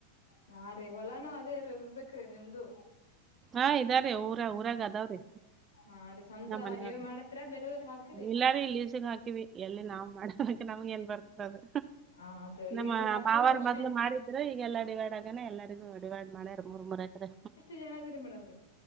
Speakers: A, on the left; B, on the right.
A: ನಾ ರೀ ಹೊಲಾನು ಅದೇ ಇರ್ಬೇಕ್ರೀ ನಿಮ್ದು
B: ಹಾ ಇದಾರೆ ಊರ ಊರಾಗ ಅದಾವ್ರೀ
A: ಹಾ ರೀ ಸ್ವಂತ
B: ನಮ್ಮ ಮನೆಯವರು
A: ನೀವೇ ಮಾಡತ್ರ ಬೇರೆದವ್ರಿಗೆ ಹಾಕಿರಿ
B: ನೀ ಎಲ್ಲಾರೂ ಲೀಜಿಗೆ ಹಾಕಿವವಿ ಎಲ್ಲಿ ನಾವು ಮಾಡದಕ್ಕೆ ನಮಗೆ ಏನ್ ಬರ್ತದದು
A: ಹ ಹೌದ್ರಿ
B: ನಮ್ಮ
A: ಲೀಸ್ಗ್ ಹಾಕ್ತಿರಿ
B: ಮಾಾವಾರ
A: ವರ್ಷ
B: ಮದ್ಲು ಮಾಡಿದ ಇದ ಈಗಲ್ಲ ಡಿವೈಡ್ ಆಗನೆ ಎಲ್ಲರಿಗೂ ಡಿವೇ ಡ್ ಮಾಡ್ಯಾರ ಮೂರ್ ಮೂರ ಎಕರೆ
A: ಜರಿ ಮೇಡಮ್ರೀ